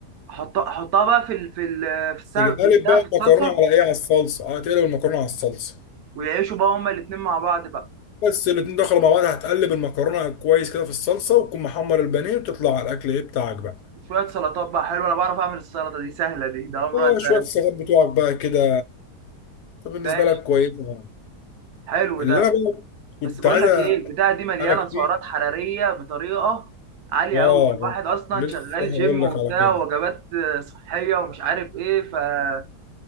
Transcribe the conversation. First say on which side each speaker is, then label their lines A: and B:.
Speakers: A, on the right; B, on the left.
A: هحط- هحطها احطها بقى في ال... في ال... في السمك
B: تيجي قالب
A: في البتاع
B: بقى
A: في الصلصة
B: المكرونه على ايه على الصلصه هتقلب المكرونه على الصلصه
A: ويعيشوا بقى هما الاتنين مع بعض بقى
B: بس الاتنين دخلوا مع بعض هتقلب المكرونه كويس كده في الصلصه وتكون محمر البانيه وتطلع على الاكل ايه بتاعك بقى
A: شوية سلطات بقى حلو انا بعرف اعمل السلطة دي سهلة دي ده امرها
B: اه
A: سهل
B: شويه السلطات بتوعك بقى كده طب بالنسبه
A: ماشي
B: لك كويسه يعني
A: حلو
B: اللي
A: ده
B: انا بقى كنت
A: بس بقول
B: عايز
A: لك ايه البتاعه دي مليانه
B: اسالك
A: سعرات
B: فيه
A: حراريه بطريقه عاليه
B: اه
A: قوي الواحد اصلا
B: لسه
A: شغال جيم
B: هقول
A: وبتاع
B: لك على كده
A: وجبات صحيه ومش عارف ايه فتبقى